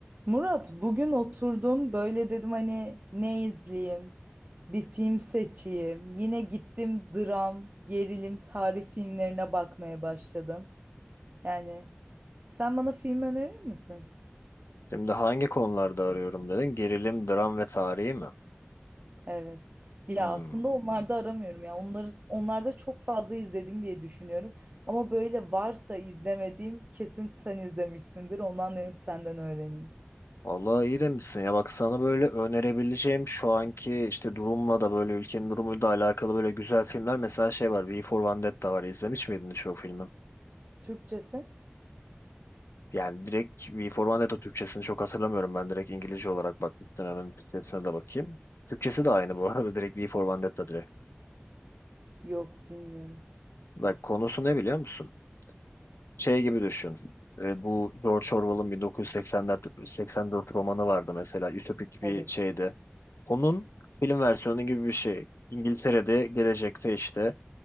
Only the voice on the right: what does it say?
Murat bugün oturdum böyle dedim hani ne izleyeyim bir film seçeyim yine gittim dram gerilim tarih filmlerine bakmaya başladım yani sen bana film önerir misin?
Evet ya
aslında onlarda aramıyorum ya onları onlarda çok fazla izledim diye düşünüyorum ama böyle varsa izlemediğim kesin sen izlemişsindir ondan hem senden öğreneyim.
Türkçesi?
Yok bilmiyorum.
Evet.